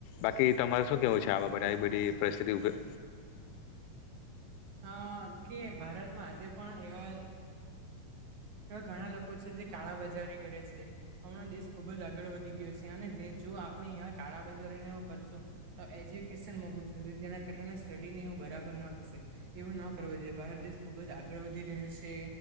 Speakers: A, on the left (about 80°); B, on the right (about 60°).
A: બાકી તમારે શું કેવું છે, આવા-બધા-બધી પરિસ્થિતિ ઉપર.
B: હ કે, ભારતમાં આજે પણ એવા. એવા ઘણા લોકો છે જે કાળા બજારી કરે છે. હમણાં દેશ ખુબ જ આગળ વધી ગયો છે, અને જે-જો આપણે એવા કાળા બજારીને એવું કરશું. તો એજ્યુકેશન મોગુ છે, જેના કારણે સ્ટડી ને એવું બરાબર ન થાય. એવું ન કરવું જોઈએ, ભારત દેશ ખુબ જ આગળ વધી રહ્યો છે.